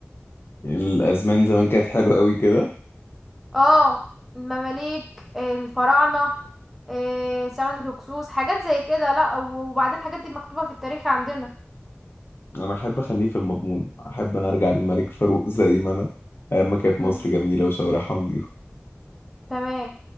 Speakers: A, on the left; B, in the centre.
A: يعني الأزمان زمان كانت حلوة أوي كده
B: اه المماليك الفراعنة آه، زمن الهكسوس حاجات زي كده لا وبعدين الحاجات دي مكتوبة في التاريخ عندنا
A: انا احب اخليه في المضمون احب انا ارجع للملك فاروق زي ما انا ايام ما كانت
B: مم.
A: مصر جميله وشوارعها نظيفه
B: تمام